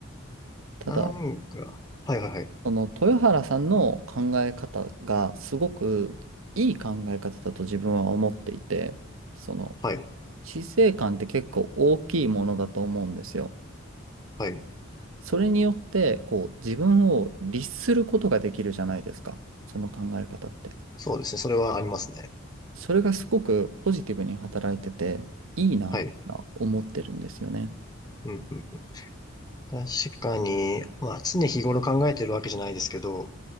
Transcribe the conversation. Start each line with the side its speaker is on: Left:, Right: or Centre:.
Right: ただ、
Left: なんか、はいはいはい、
Right: その豊原さんの考え方がすごくいい考え方だと自分は思っていて、その
Left: はい、
Right: 死生観って結構大きいものだと思うんですよ。
Left: はい。
Right: それによってこう自分を律することができるじゃないですか。その考え方って。
Left: そうですね、それはありますね。
Right: それがすごくポジティブに働いてていいなって思ってるんですよね。
Left: はい。うんうん、確かに、まあ常日頃考えてるわけじゃないですけど、